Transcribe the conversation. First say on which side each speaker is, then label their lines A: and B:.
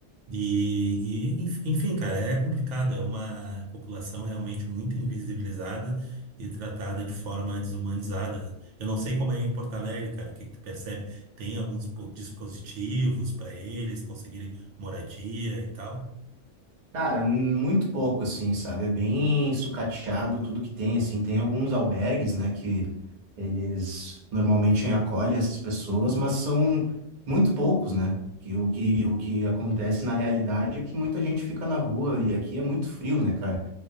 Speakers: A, on the right (about 70°); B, on the right (about 45°).
A: E, e, enf- enfim, cara, é complicado. É uma população realmente muito invisibilizada e tratada de forma desumanizada. né? Eu não sei como é em Porto Alegre, cara, o que que tu percebe? Tem alguns po- dispositivos para eles conseguirem moradia e tal?
B: Cara, muito pouco, assim, sabe? É bem sucateado tudo que tem, assim. Tem alguns albergues, né, que eles normalmente acolhem essas pessoas, mas são muito poucos, né? Que o que, o que acontece na realidade é que muita gente fica na rua e aqui é muito frio, né, cara?